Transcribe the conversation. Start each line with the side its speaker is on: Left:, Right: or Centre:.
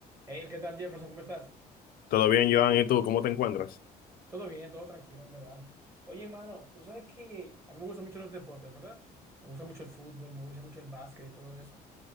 Right: Hey, ¿qué tal, Jefferson? ¿Cómo estás?
Left: Todo bien, Joan, ¿y tú cómo te encuentras?
Right: Todo bien, todo tranquilo, en verdad. Oye, mano, tú sabes que a mí me gusta mucho los deportes, ¿verdad? Me gusta mucho el fútbol, me gusta mucho el básquet y todo eso.